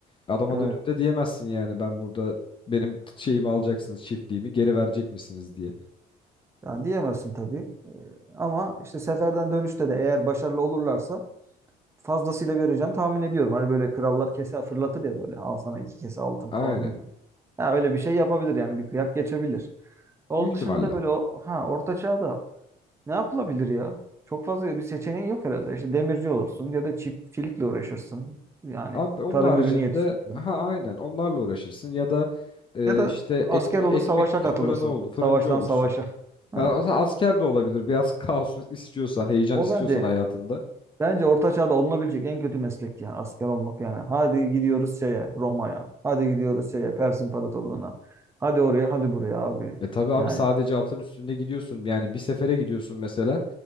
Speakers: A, on the left (about 30°); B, on the right (about 15°).
A: Adama
B: evet
A: dönüp de diyemezsin yani ben burada benim şeyimi alacaksınız çiftliğimi geri verecek misiniz diye.
B: yani diyemezsin tabii. Ee, ama işte seferden dönüşte de eğer başarılı olurlarsa fazlasıyla vereceğini tahmin ediyorum. Hani böyle krallar kese fırlatır ya böyle al sana iki kese altın
A: Aynen
B: falan gibi. Ya öyle bir şey yapabilir yani bir kıyak geçebilir. Onun
A: büyük ihtimalle.
B: dışında böyle o- ha orta çağda Ne yapılabilir ya? Çok fazla bir seçeneğin yok herhalde. İşte demirci olursun ya da çiftçilikle uğraşırsın. Yani
A: Abi onun
B: tarım
A: haricinde
B: ürünü yetiştireyim.
A: ha aynen onlarla uğraşırsın ya da e,
B: Ya da
A: işte
B: asker
A: ekme,
B: olur
A: ekmek
B: savaşa katılırsın.
A: fırını oldu fırıncı
B: Savaştan
A: olursun.
B: savaşa. Ha.
A: Ha, o zaman asker de olabilir. Biraz <laughs> kaos istiyorsan, heyecan
B: O
A: istiyorsan
B: bence
A: hayatında.
B: bence orta çağda olunabilecek en kötü meslek ya asker olmak yani. Hadi gidiyoruz şeye Roma'ya. Hadi gidiyoruz şeye Pers İmparatorluğu'na. Hadi oraya hadi buraya abi.
A: E tabii abi
B: Yani
A: sadece atın üstünde gidiyorsun. Yani bir sefere gidiyorsun mesela.